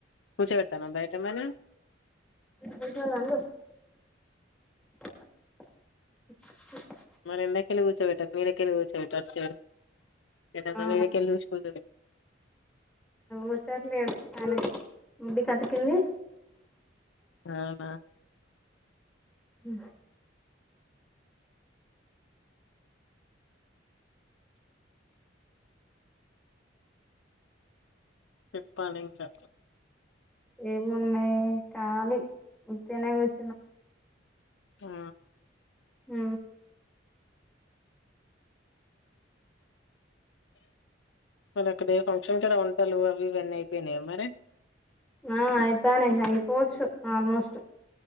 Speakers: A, on the left (about 80°); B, in the centre.
A: కూర్చో పెట్టు తన బయట మన
B: ముసలోళ్ళని అ
A: మరి ఎండ కెళ్ళి కూర్చోపెట్టకు నీడ కెళ్ళి కూర్చోపెట్టు థాట్ సైడ్
B: ఆ
A: మది కెళ్ళి చుశిపోతాది
B: వచ్చట్లేదు ఆయన ముడ్డి కి అతికింది
A: అవునా
B: ఆ
A: చెప్పాలి ఇంకా
B: ఏమున్నుది కాలీ ఉట్టిగానే కూర్చి
A: ఆ ఆ
B: అ
A: మరి అక్కడ ఏ ఫంక్షన్ కడ వంటలు అవి ఇవన్నీ అయిపోయినాయి మరి
B: ఆ అయితనయ్ అయిపోవచ్చు ఆల్మోస్ట్